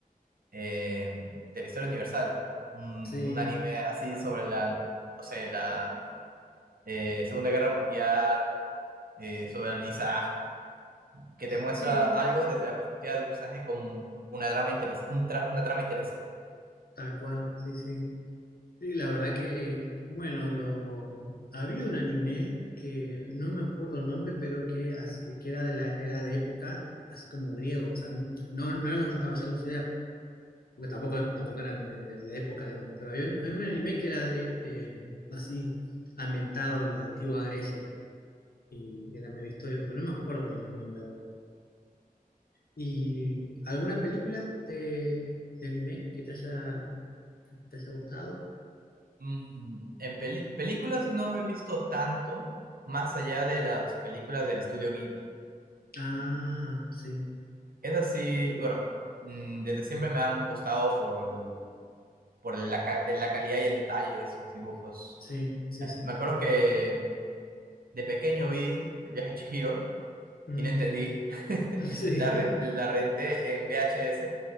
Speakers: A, on the right (about 75°); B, on the left (about 80°).
A: eh, de la historia universal. Un,
B: sí,
A: un anime así sobre la, no sé, la eh, Segunda Guerra Mundial, eh, sobre el alunizaje, que te muestra
B: sí,
A: algo desde la perspectiva de un personaje con una trama interesante, una trama interesante.
B: tal cual, sí, sí. Sí, la verdad que, eh, bueno, lo, había un anime que no me acuerdo el nombre, pero que, así- que era, de la, era de época, así como griego, o sea, no, no eran los, los Caballeros porque tampoco, tampoco eran de, de la época, pero había, un había un anime que era de, eh, así, ambientado en la antigua Grecia, y era medio histórico, pero no me acuerdo bien el nombre ahora. ¿Y alguna película de, de anime que te haya, te haya gustado?
A: Mm, en peli- películas no he visto tanto más allá de las películas del estudio Ghibli.
B: Ajá, sí,
A: Es así, bueno, mm, desde siempre me han gustado por, el- por la, ca- la calidad y el detalle de sus dibujos.
B: sí, sí,
A: Me
B: sí,
A: me
B: tal
A: acuerdo
B: cual.
A: que de pequeño vi El viaje de Chihiro
B: Mm,
A: y no entendí. <laughs>
B: <laughs>
A: La,
B: sí,
A: ren- la renté en VHS